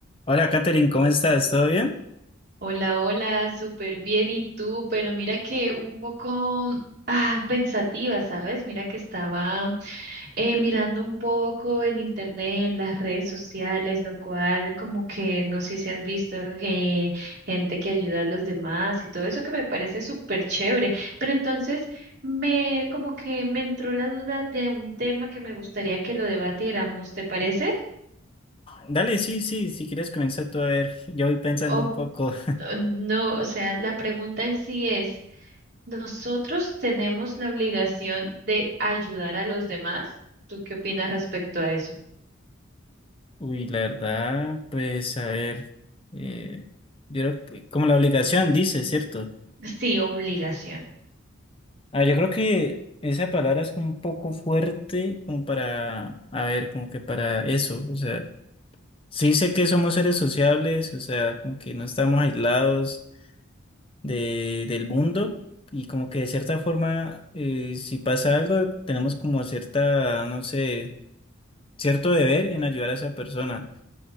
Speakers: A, on the left; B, on the right.
A: Hola, Katherine, ¿cómo estás? ¿Todo bien?
B: Hola, hola, súper bien. ¿Y tú? Pero mira que un poco ah, pensativa, ¿sabes? Mira que estaba eh, mirando un poco en internet, en las redes sociales, lo cual como que no sé si has visto eh, gente que ayuda a los demás y todo eso que me parece súper chévere. Pero entonces me como que me entró la duda de un tema que me gustaría que lo debatiéramos, ¿te parece?
A: Dale, sí, sí, si quieres comenzar tú a ver. Yo voy pensando
B: O
A: un poco.
B: o no, o sea, la pregunta en sí es Nosotros tenemos la obligación de ayudar a los demás. ¿Tú qué opinas respecto a eso?
A: <laughs> Uy, la verdad, pues a ver. eh, yo creo que- como la obligación dice, ¿cierto?
B: Sí, obligación.
A: Ah, yo creo que esa palabra es como un poco fuerte, como para, a ver, como que para eso. O sea, sí sé que somos seres sociables, o sea, como que no estamos aislados de, del mundo. Y como que de cierta forma, eh, si pasa algo, tenemos como cierta, no sé cierto deber en ayudar a esa persona.